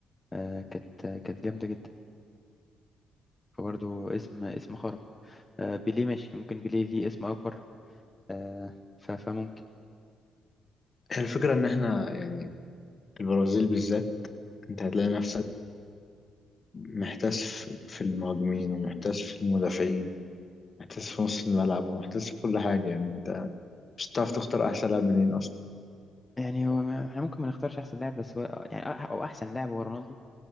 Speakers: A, on the left; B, on the left.
A: آه، كانت آه كانت جامدة جدا فبرضو اسم اسم خارق آه، بيليه ماشي ممكن بيليه ليه اسم اكبر آه، ف... فممكن
B: هي الفكرة إن إحنا يعني البرازيل بالذات أنت هتلاقي نفسك محتاس في المهاجمين ومحتاس في المدافعين محتاس في نص الملعب ومحتاس في كل حاجة يعني انت مش هتعرف تختار أحسن لاعب منين أصلا
A: يعني هو ما... احنا ممكن ما نختارش احسن لاعب بس هو يعني أح- او احسن لاعب هو رونالدو